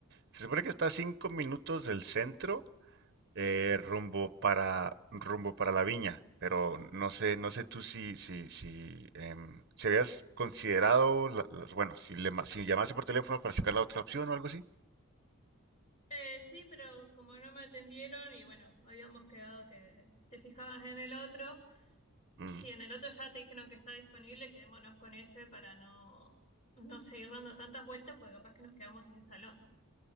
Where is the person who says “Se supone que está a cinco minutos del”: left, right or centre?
Right